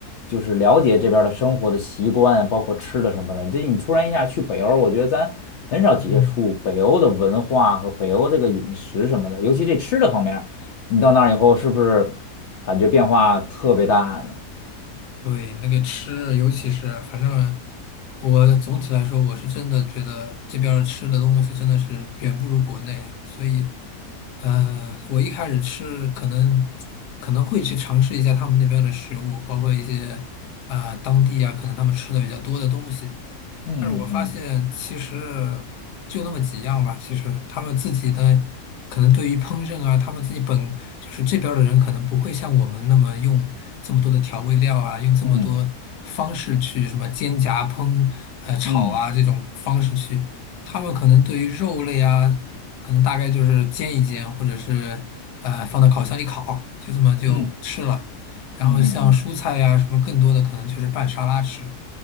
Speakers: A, on the left; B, on the left.
A: 就是了解这边儿的生活的习惯，包括吃的什么的。这你突然一下去北欧，我觉得咱很少接触北欧的文化和北欧这个饮食什么的，
B: 嗯，
A: 尤其这吃的方面儿你到那儿以后是不是感觉变化特别大呢？
B: 对，那个吃，尤其是反正我总体来说，我是真的觉得这边儿吃的东西真的是远不如国内啊。所以，呃，我一开始吃可能可能会去尝试一下他们那边的食物，包括一些啊、当地啊可能他们吃的比较多的东西。
A: 嗯嗯
B: 但是我发现其实就那么几样吧，其实他们自己的可能对于烹饪啊，他们自己本就是这边儿的人可能不会像我们那么用这么多的调味料啊，用这么多方式去什么煎炸烹呃炒啊这种方式去，
A: 嗯嗯
B: 他们可能对于肉类啊，可能大概就是煎一煎，或者是呃放到烤箱里烤，就这么就吃了。
A: 嗯嗯嗯嗯
B: 然后像蔬菜呀、
A: 嗯嗯嗯。嗯
B: 什么更多的可能就是拌沙拉吃，